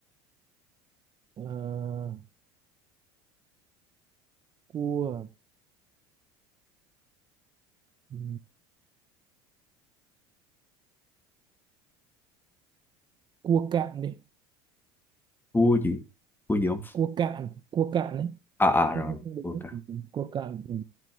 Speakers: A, on the right; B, on the left.
A: à, cua ừ, cua cạn đi
B: cua gì cua gì không
A: cua cạn cua cạn đấy
B: à à
A: Không-
B: rồi
A: không- đúng.
B: cua cả
A: Ừ, cua cạn ừ.